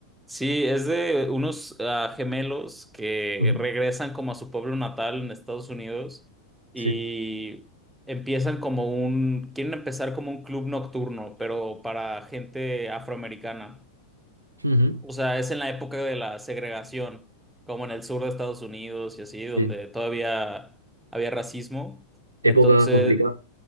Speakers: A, in the centre; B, on the right (about 80°).
A: Sí, es de unos ah, gemelos que
B: Ujú.
A: regresan como a su pueblo natal en Estados Unidos y
B: Sí.
A: empiezan como un, quieren empezar como un club nocturno, pero para gente afroamericana.
B: Ujú.
A: O sea, es en la época de la segregación, como en el sur de Estados Unidos y así, donde
B: Sí.
A: todavía había racismo. Entonces,
B: Época complicada.